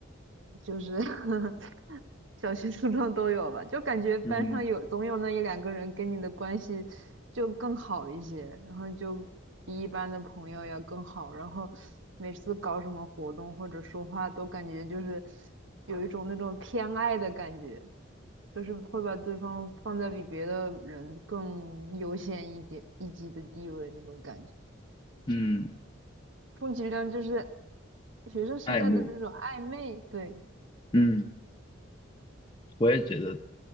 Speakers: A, on the right; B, on the left.
A: 就是 <laughs> 小学、初中都有吧，就感觉班上有总有那一两个人跟你的关系就更好一些，
B: 嗯
A: 然后就比一般的朋友要更好，然后每次搞什么活动或者说话都感觉就是有一种那种偏爱的感觉，就是会把对方放在比别的人更优先一点一级的地位那种感觉。
B: 嗯，
A: 充其量就是学生时代的那种暧昧，
B: 爱慕，
A: 对，
B: 嗯，我也觉得，